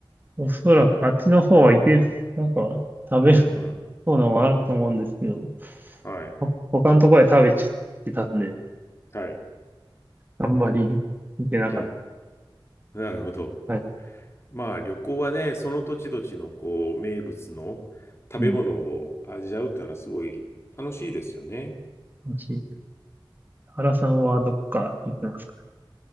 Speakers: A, on the right; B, on the left.
A: おそらくあっちの方はいけ、なんか食べる
B: うん。
A: そうなのもあると思うんですけど、
B: はい。
A: ほ他のところで食べちゃってたんで、
B: はい。
A: あんまり見てなかっ
B: うん。なるほど。
A: た。はい。
B: まあ旅行はね、その土地土地のこう名物の食べ物を味わうっていうのはすごい楽しいですよね。
A: うん。楽しい。原さんはどっか行ってますか